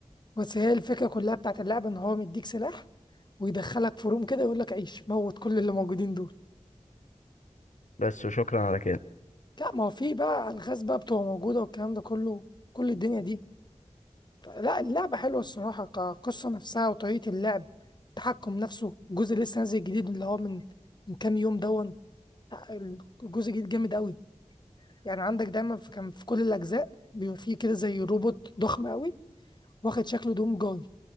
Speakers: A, on the left; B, on the left.
A: بس هي الفكرة كلها بتاعت اللعبة إن هو مديك سلاح ويدخلك في روم كده يقول لك عيش موت كل اللي موجودين دول
B: بس وشكرا على كده
A: لا ما هو في بقى ألغاز بقى بتبقى موجودة والكلام ده كله كل الدنيا دي ف- لا اللعبة حلوة الصراحة كقصة نفسها وطريقة اللعب التحكم نفسه الجزء لسه نازل جديد اللي هو من من كام يوم دون لا، الجزء الجديد جامد أوي يعني عندك دايما في كان في كل الاجزاء بيبقى فيه كده زي روبوت ضخم قوي واخد شكل دوم جاي